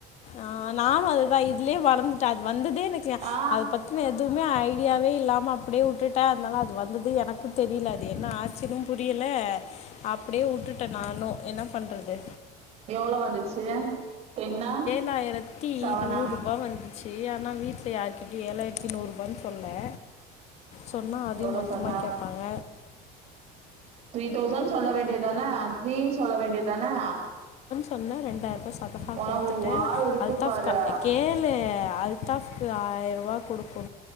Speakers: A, on the left; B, on the right.
A: ஆ நானு அதுவா இதுல ஏ வளந்துட்டா அது வந்து நைக்கல
B: ஆ
A: அதை பத்தின எதுவுமே ஐடியாவே இல்லாம அப்டியே உட்டுட்டா அதனால அது வந்தது எனக்கு தெரியல அது என்னா ஆச்சினு புரியல அப்டியே உட்டுட்டே நானு என்ன பண்றது
B: எவ்ளவு வந்துச்சு டென்னா
A: த்தாயிரத்தி
B: செவனா
A: நூறு ரூபா வந்துச்சு அ நா வீட்ல யாருகிட்டயு ஏழாயிரத்தி நூறுரூபான் சொன்னே சொன்னா அதையு
B: எவ்ளோ
A: மொத்தமா
B: சொன்ன
A: கேப்பாங்க
B: த்ரீ தௌசண்ட் சொல்ல வேண்டியதானே த்ரீன் சொல்ல வேண்டியதானே
A: சொன்னே ரெண்டாயிரூபா <unintelligible>
B: ஆனா
A: குடுத்துட்
B: உ
A: தே
B: வாய் இருக்கு
A: அல்தாஃப்க்கு
B: பாரு
A: கேளு அல்தாஃப்க்கு ஆயிர ரூபா குடுக்கொ